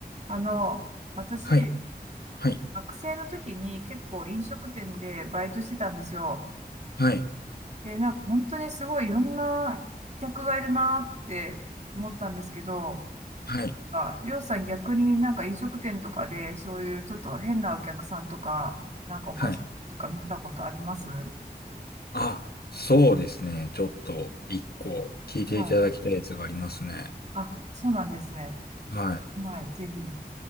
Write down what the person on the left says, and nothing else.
はい、はい、
はい、
はい、
はい。あ、そうですね。ちょっと一個聞いていただきたいやつがありますね。
はい、